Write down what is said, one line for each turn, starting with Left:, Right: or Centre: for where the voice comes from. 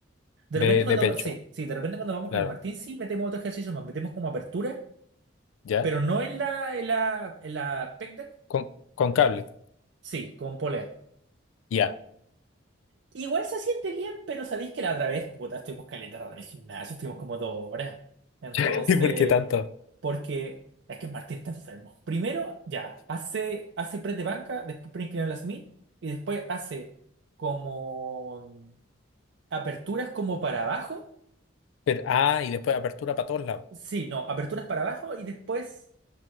Right: De
Left: De,
Right: repente cuando,
Left: de pecho,
Right: sí, sí, de repente cuando vamos
Left: claro.
Right: con el Martín, sí metemos otro ejercicio más, metemos como apertura,
Left: ¿Ya?
Right: pero no en la, en la, en la pec deck,
Left: Con, con cable.
Right: sí, con polea.
Left: Ya.
Right: Igual se siente bien, pero sabéis que la otra vez, puta, estuvimos caleta rato en el gimnasio, estuvimos como dos horas. Entonces,
Left: <laughs> ¿Y por qué tanto?
Right: porque es que Martín está enfermo. Primero, ya, hace, hace press de banca, después pre inclinado en la Smith, y después hace como aperturas como para abajo.
Left: Pero, ah, y después apertura para todos lados,
Right: Sí, no, aperturas para abajo y después